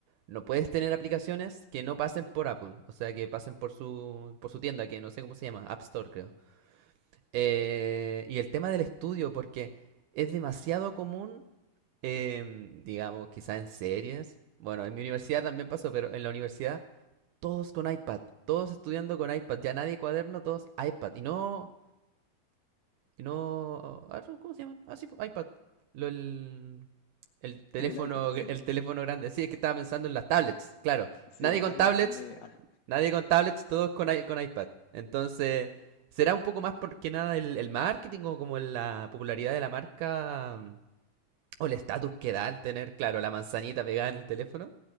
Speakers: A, on the right (about 80°); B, on the left (about 70°).
A: no puedes tener aplicaciones que no pasen por Apple, o sea, que pasen por su, por su tienda, que no sé cómo se llama, App Store, creo. Eh, y el tema del estudio, porque es demasiado común, em, digamos, quizá en series. Bueno, en mi universidad también pasó, pero en la universidad todos con iPad, todos estudiando con iPad, ya nadie cuaderno, todos iPad. Y no, y no, ah, no, ¿cómo se llaman? Ah, sí, po, iPad. Lo- el, el teléfono,
B: Sí, el iPad, sí.
A: el teléfono grande. Sí, es que estaba pensando en las tablets, claro.
B: Sí,
A: Nadie
B: las
A: con
B: tablets
A: tablets,
B: son de... ah,
A: Nadie con tablets, todos con, i- con iPad. Entonces, será un poco más porque nada el, el marketing o como la popularidad de la marca mm, o el estatus que da al tener, claro, la manzanita pegada en el teléfono.